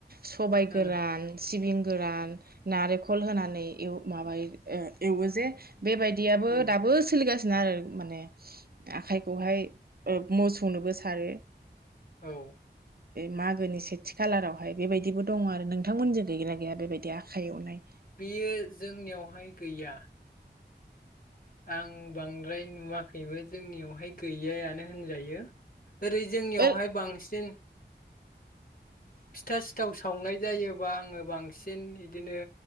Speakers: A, on the right (about 60°); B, on the left (about 50°).
A: सबाइ
B: उम
A: गोरान सिबिं गोरान नारेंखल होनानै एव माबायो ओ एवो जे बेबायदियाबो
B: उम
A: दाबो सोलिगासि। आरो माने आखाइखौहाय ओ मोसौनोबो सारो।
B: औ।
A: बे मागोनि सेथि खालारावहाय बेबायदिबो दङ आरो नोंथांमोनजों गैगोना गैया बेबायदि आखाइ एवनाय।
B: बियो जोंनियावहाय गैया। आं बांद्राय नुवाखैबो जोंनियावहाय गैयायानो होनजायो। ओरै जोंनियावहाय
A: ओ
B: बांसिन। फिथा सिथाव सावनाय जायोबा आङो बांसिन बिदिनो।